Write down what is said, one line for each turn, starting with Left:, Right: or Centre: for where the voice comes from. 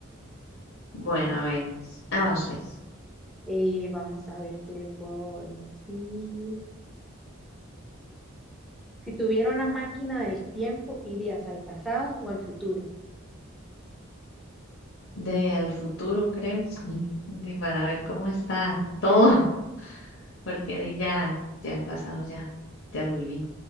Left: Bueno, a ver, ah, va usted.
Centre: Eh, vamos a ver qué le puedo decir. Si tuviera una máquina del tiempo, ¿irías al pasado o al futuro?
Left: De al futuro, creo, <laughs> de para ver cómo está todo, <laughs> porque de ya, ya el pasado ya, ya lo viví.